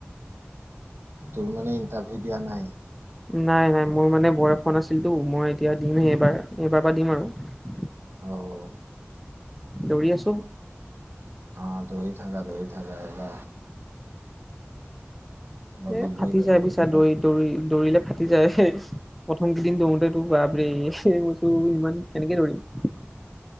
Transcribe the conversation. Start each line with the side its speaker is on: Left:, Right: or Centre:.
Right: তুমি মানে ইণ্টাৰভিউ দিয়া নাই।
Centre: নাই নাই মোৰ মানে বয়স হোৱা নাছিলটো, মই এতিয়া দিমহে এইবাৰ এইবাৰ পৰা দিম আৰু।
Right: অ
Centre: দৌৰি আছো।
Right: অ দৌৰি থাকা দৌৰি থাকা এইবাৰ এইবাৰ
Centre: এ
Right: ল'বই
Centre: ফাটি
Right: লাগিব
Centre: যায় বুজিছা
Right: দিয়া
Centre: দৌৰি দৌৰি দৌৰিলে ফাটি যায় প্ৰথম কেইদিন দৌৰোতে দুবাব ব্ৰে মই কৈছো ইমান কেনেকে দৌৰিম